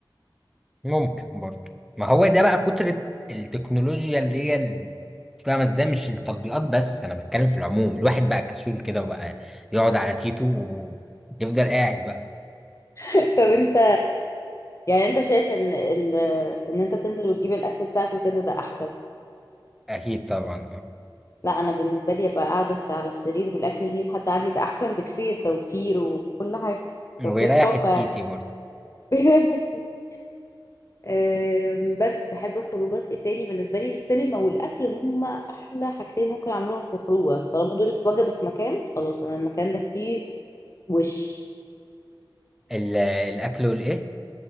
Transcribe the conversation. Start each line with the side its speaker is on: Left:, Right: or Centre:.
Centre: ممكن برضه ما هو ده بقى كترة التكنولوجيا اللي هي ال- مش فاهمة ازاي مش التطبيقات بس انا بتكلم في العموم الواحد بقى كسول كده وبقى يقعد على تيتو ويفضل قاعد بقى
Left: <laughs> طب انت يعني انت شايف ان ال... ان انت تنزل وتجيب الاكل بتاعك وكده ده احسن
Centre: اكيد طبعا اه
Left: لا انا بالنسبه لي ابقى قاعده في على السرير والاكل يجي لحد عندي ده احسن بكثير توفير وكل حاجه
Centre: وبيريح
Left: توفير طاقه
Centre: التيتي برضه
Left: <laughs> آم، بس بحب الخروجات التاني بالنسبة لي السينما والأكل هما أحلى حاجتين ممكن أعملهم في خروجة طالما دول اتوجدوا في مكان خلاص أنا المكان ده فيه وش
Centre: ال- الاكل والايه